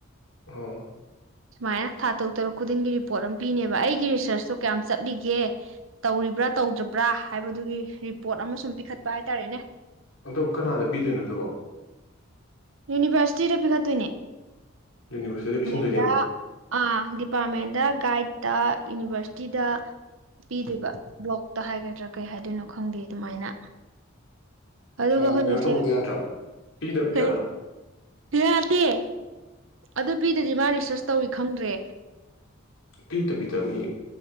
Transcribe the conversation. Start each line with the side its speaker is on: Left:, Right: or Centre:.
Left: ꯑꯣ
Right: ꯁꯨꯃꯥꯏꯅ ꯊꯥ ꯇꯔꯨꯛ ꯇꯔꯨꯛ ꯈꯨꯗꯤꯡꯒꯤ ꯔꯤꯄꯣꯔꯠ ꯑꯃ ꯄꯤꯅꯦꯕ ꯑꯩꯒꯤ ꯔꯤꯁꯔꯁꯇꯣ ꯀꯌꯥꯝ ꯆꯠꯂꯤꯒꯦ ꯇꯧꯔꯤꯕ꯭ꯔꯥ ꯇꯧꯗ꯭ꯔꯕ꯭ꯔꯥ ꯍꯥꯏꯕꯗꯨꯒꯤ ꯔꯤꯄꯣꯔꯠ ꯑꯃ ꯁꯨꯝ ꯄꯤꯈꯠꯄ ꯍꯥꯏꯇꯥꯔꯦꯅꯦ
Left: ꯑꯗꯣ ꯀꯅꯥꯗ ꯄꯤꯗꯣꯏꯅꯣ ꯑꯗꯨꯕꯣ
Right: ꯌꯨꯅꯤꯚꯔꯁꯤꯇꯤꯗ ꯄꯤꯈꯠꯇꯣꯏꯅꯦ
Left: ꯌꯨꯅꯤꯚꯔꯁꯤꯗ ꯄꯤꯁꯟꯗꯣꯏ
Right: ꯑꯗ ꯑꯥ ꯗꯤꯄꯥꯔꯠꯃꯦꯟꯗ ꯒꯥꯏꯗꯠꯇ ꯌꯨꯅꯤꯚꯔꯁꯤꯇꯤꯗ ꯄꯤꯗꯣꯏꯕ ꯕ꯭ꯂꯣꯛꯇ ꯍꯥꯏꯒꯗ꯭ꯔꯥ ꯀꯩ ꯍꯥꯏꯗꯣꯏꯅꯣ ꯈꯪꯗꯦ ꯑꯗꯨꯃꯥꯏꯅ ꯑꯗꯨꯒ
Left: ꯑꯥ
Right: ꯍꯧꯖꯤꯛꯁꯦ
Left: ꯀꯩꯅꯣ ꯇꯧꯕꯗꯤ ꯌꯥꯗ꯭ꯔꯣ ꯄꯤꯗꯕꯗꯤ
Right: ꯀꯩ
Left: ꯌꯥꯗ꯭ꯔꯣ
Right: ꯌꯥꯗꯦ ꯑꯗꯨ ꯄꯤꯗꯗꯤ ꯃꯥ ꯔꯤ ꯖꯠꯁ ꯇꯧꯏ ꯈꯪꯗ꯭ꯔꯦ
Left: ꯄꯤꯗꯕꯤꯗ ꯃꯤ